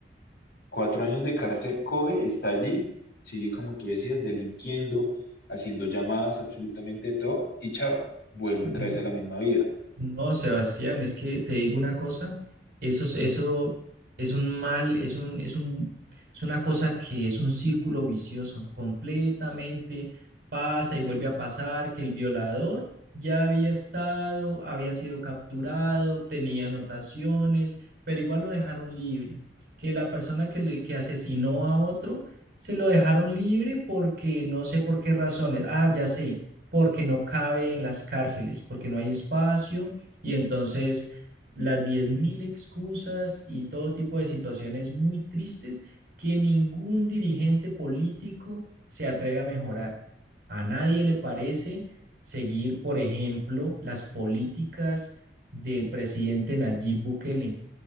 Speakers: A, on the left (about 60°); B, on the right (about 50°).
A: Cuatro años de cárcel coge, está allí, sigue como tú decías, delinquiendo, haciendo llamadas, absolutamente todo, y chao, vuelve
B: Dime.
A: otra vez a la misma vida.
B: No, Sebastián, es que te digo una cosa, eso, es- eso es un mal, es un, es un, es una cosa que es un círculo vicioso, completamente pasa y vuelve a pasar que el violador ya había estado, había sido capturado, tenía anotaciones, pero igual lo dejaron libre, que la persona que le, que asesinó a otro se lo dejaron libre porque no sé por qué razones, ah, ya sé porque no cabe en las cárceles, porque no hay espacio y entonces las 10.000 excusas y todo tipo de situaciones muy tristes que ningún dirigente político se atreve a mejorar. A nadie le parece seguir, por ejemplo, las políticas del presidente Nayib Bukele